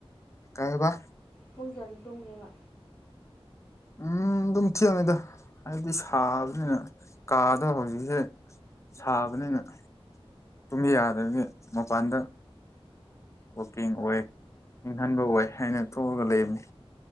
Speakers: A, on the left (about 30°); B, in the centre.
A: ꯀꯩꯍꯥꯏꯕ
B: ꯄꯨꯡ ꯀꯌꯥꯗ ꯇꯨꯝꯒꯦꯕ
A: ꯎꯝ ꯑꯗꯨꯝ ꯊꯦꯡꯉꯤꯗ ꯍꯥꯏꯕꯗꯤ ꯁꯥꯕꯅꯤꯅ ꯀꯥꯗꯣ ꯍꯧꯖꯤꯛꯁꯦ ꯁꯥꯕꯅꯤꯅ ꯇꯨꯝꯕ ꯌꯥꯗꯕꯒꯤ ꯃꯄꯥꯟꯗ ꯋꯥꯛꯀꯤꯡ ꯑꯣꯏ ꯏꯪꯍꯟꯕ ꯑꯣꯏ ꯍꯥꯏꯅ ꯊꯣꯛꯑꯒ ꯂꯩꯕꯅꯦ